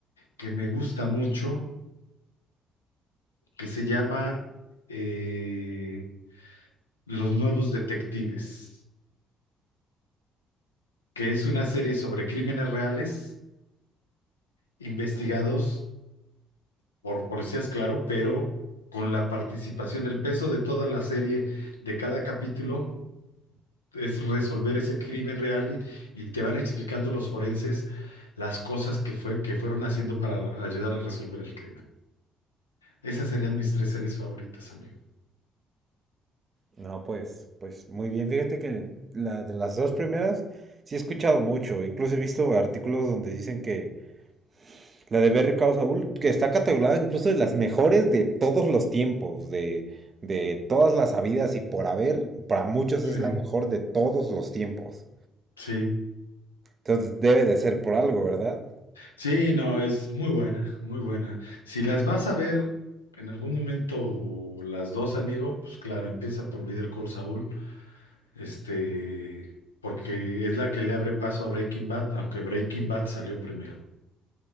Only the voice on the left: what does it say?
que me gusta mucho, que se llama eh, Los Nuevos Detectives, que es una serie sobre crímenes reales investigados por policías, claro, pero con la participación, el peso de toda la serie, de cada capítulo, es resolver ese crimen real y, y te van explicando los forenses las cosas que fue, que fueron haciendo para ayudar a resolver el crimen. Esas serían mis tres series favoritas, amigo.
Sí,
sí.
Sí, no, es muy buena, muy buena. Si las vas a ver en algún momento las dos, amigo, pues claro, empieza por Better Call Saul, este, porque es la que le abre paso a Breaking Bad, aunque Breaking Bad salió primero.